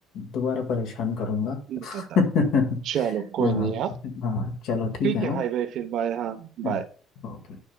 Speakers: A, on the left; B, on the right.
A: दोबारा परेशान करूँगा
B: बताता
A: <laughs>
B: हूँ चलो कोई
A: हाँ
B: नहीं हाँ
A: हाँ चलो ठीक
B: ठीक
A: है हाँ
B: है भाई भाई फिर बाय हाँ
A: हाँ
B: बाय
A: ओके